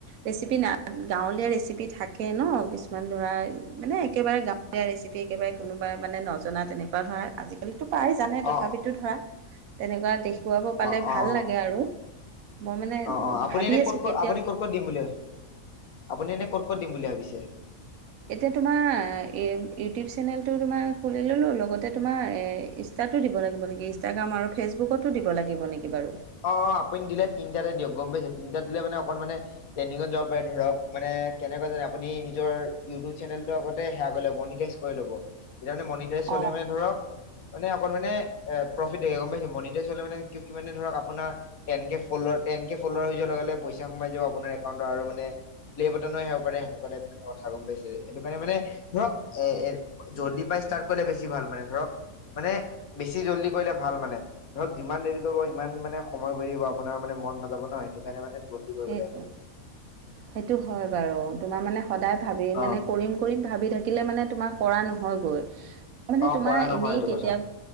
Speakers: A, on the right (about 80°); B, on the left (about 85°).
A: ৰেচিপি না গাঁৱলীয়া ৰেচি ৰেচিপি থাকে ন কিছুমান ধৰা মানে একেবাৰে গাঁৱলীয়া ৰেচিপি একেবাৰে কোনোবা মানে নজনাত তেনেকুৱা ধৰা আজিকালিতো প্ৰায় জানে তথাপিতো
B: অ
A: ধৰা তেনেকুৱা দেখুৱাব পালে
B: অ অ
A: ভাল লাগে। গে আৰু মই মানে
B: অ', অ', আপুনি
A: ভাবি
B: এনেই
A: আছোঁ
B: ক'ত ক'
A: কেতিয়া
B: আপুনি ক'ত ক'ত দিম বুলি আপুনি এনে ক'ত ক'ত দিম বুলি ভাবিছে?
A: এতিয়া তোমাৰ ইউটিউব চেনেলটো তোমাৰ খুলি ল'লোঁ লগতে তোমাৰ ই নষ্টাতো দিব লাগিব নেকি ইনষ্টাগ্ৰাম আৰু ফেচবুকতো দিব লাগিব নেকি বাৰু?
B: অ' অ' আপুনি দিলে তিনিটাতে দিয়ক গম পাইছে। তিনিটাত দিলে মানে অকণ মানে‌‌ ট্ৰেনদিঙত যাব পাৰে ধৰক মানে এ কেনেকে জানিম। আপোনি নিজৰ ইউটিউব চেনেলটো আগতে আ কৰি লব মনিটাইজ কৰি ল'ব। তেতিয়া মানে মনিটাৰজ হলে
A: অ
B: মানে ধৰক মানে ধৰক মানে প্ৰফিটেই গম পাইছে। মনিটাইজ হলে মানে কি মানে ধৰক আপ আপোনাৰ ten K follower ten K follower হৈ যোৱাৰ লগে লগে পইচা সোমাই যাব আপোনাৰ একাউন্টত আৰু মানে ল্লে বতনো আহিব পাৰে সেনেকুৱা টাইপ কথা গম পাইছে। সেইটো কাৰণে মানে ধৰক এ এ জদি পাই ষ্টাৰ্ট কৰিলে বেছি ভাল মানে ধৰক মানে বেছি জল্দি কৰিলে ভাল মানে ধৰক যিমান দেৰি কৰিব সিমান মানে সময় গৈ থাকিব আপোনাৰ মানে মন নাযাব না সেইটো কাৰণে মানে জল্দি কৰিব
A: সেইটো
B: লাগে
A: সেইটো হয় বাৰু তোমাৰ মানে সদায় ভাবি
B: অ
A: মানে কৰিম কৰিম ভাবি থাকিলে মানে তোমাৰ কৰা নহয়গৈ। মানে
B: অ
A: তোমাৰ
B: কৰা নহয়
A: এনেই
B: এইটো
A: কেতিয়া
B: কথা